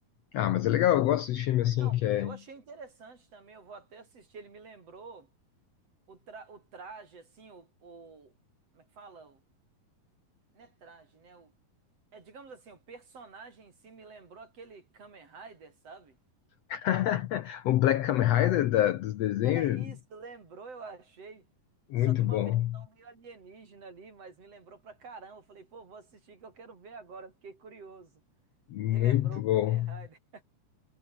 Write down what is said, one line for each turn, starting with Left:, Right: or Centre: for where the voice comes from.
Left: Ah, mas é legal, eu gosto de filme assim
Right: Não,
Left: que é.
Right: eu achei interessante também, eu vou até assistir, ele me lembrou o, tra, o traje, assim, o, o- Como é que fala? O, não é traje, né? O, é, digamos assim, o personagem em si me lembrou aquele Kamen Rider, sabe?
Left: <laughs> O Black Kamen Rider da- dos desenhos,
Right: É isso, lembrou, eu achei.
Left: muito
Right: Só que uma
Left: bom,
Right: versão meio alienígena ali, mas me lembrou pra caramba. Eu falei, pô, vou assistir que eu quero ver agora. Fiquei curioso. <laughs>
Left: muito
Right: Me lembrou o
Left: bom.
Right: Kamen Rider.